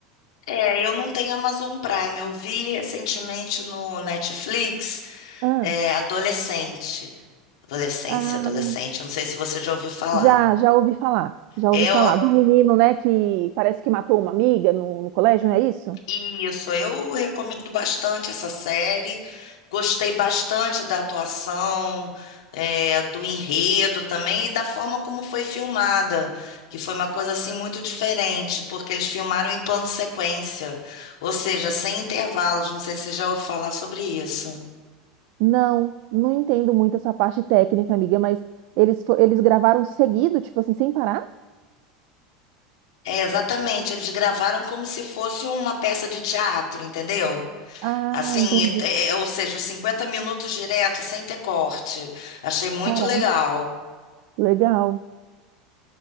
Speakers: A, on the left; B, on the right.
A: é, eu não tenho Amazon Prime. Eu vi recentemente no Netflix,
B: Ah,
A: é, Adolescente. Adolescência,
B: ah,
A: adolescente. Não sei se você já ouviu falar.
B: já, já ouvi falar. Já
A: É,
B: ouvi falar do menino, né, que parece que matou uma amiga no, no colégio, não é isso?
A: Isso, eu recomendo bastante essa série. Gostei bastante da atuação, eh, do enredo também e da forma como foi filmada, que foi uma coisa assim muito diferente, porque eles filmaram em plano sequência, ou seja, sem intervalos. Não sei se você já ouviu falar sobre isso.
B: Não, não entendo muito essa parte técnica, amiga, mas eles, fo- eles gravaram seguido, tipo assim, sem parar?
A: É, exatamente, eles gravaram como se fosse uma peça de teatro, entendeu?
B: Ah,
A: Assim,
B: entendi.
A: é- é- ou seja, 50 minutos direto, sem ter corte. Achei muito
B: Caramba,
A: legal.
B: legal.